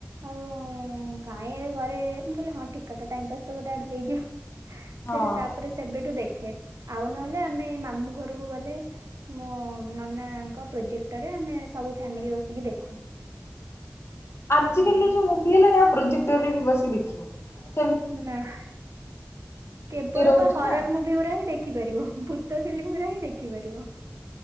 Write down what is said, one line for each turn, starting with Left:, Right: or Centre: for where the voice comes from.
Right: ହଉ।
Left: <inaudible>
Right: କାଇଁ ଏବେ ଘରେ ମୁଁ କଇଲି ହଁ ଠିକ୍ କଥା ଟାଇମ୍ ପାସ୍ ତ ଗୋଟେ ଆଡୁ ହେଇଯିବ।
Left: ହଁ।
Right: ସେଠୁ ତାପରେ ସେବେଠୁ ଦେଖେ, ଆଉ ନହେଲେ ଆମେ ମାମୁଁ ଘରୁକୁ ଗଲେ ମୋ ନନା ଙ୍କ ପ୍ରୋଜେକ୍ଟରେ ଆମେ ସବୁ ଫ୍ୟାମିଲି ବସିକି ଦେଖୁ।
Left: ଆଜିିକାଲି
Right: ଏଇଆ।
Left: ଯୋଉ ମୁଭି ହେଲାଣି ଆଉ ପ୍ରୋଜେକ୍ଟେରେ ବି ବସି ଦେଖି ହୋଉନି ହେଲା।
Right: ନାଁ ହା କେବଳ
Left: ଇଏ ରହୁଛି
Right: ପା ହରର
Left: ନା।
Right: ମୁଭି ଗୁରା ହିଁ ଦେଖି ଖିପାରିବ, ଭୂତ ଫିଲ୍ମ ପୁରା ହିଁ ଦେଖିପାରିବ।